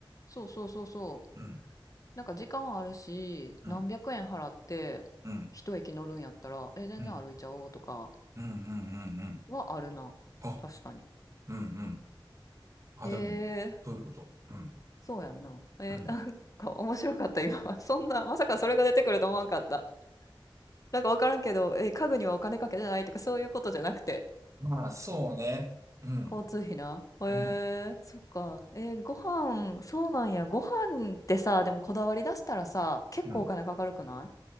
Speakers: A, on the left (about 40°); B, on the right (about 35°).
A: そうそうそうそう。
B: うん、
A: なんか時間あるし、
B: うん、
A: 何百円払って一駅乗るんやったら、
B: うん、
A: え、全然歩いちゃおうとか
B: うん、うん、うん、うんうん。
A: はあるな。
B: あ、
A: 確かに。
B: うん、うん。あ、
A: えー、
B: でも、そういうこと。うん、
A: そうやんな。え、
B: うん。
A: なんか面白かった、今。<laughs> そんな、まさかそれが出てくると思わんかった。なんかわからんけど、え、家具にはお金かけてないとかそういうことじゃなくて。
B: まあ、そうね。うん、
A: 交通費な。へ
B: うん、
A: え、そっか。えーご飯、そうなんや。ご飯ってさ、でもこだわり出したらさ、結構お金かかるくない
B: うん。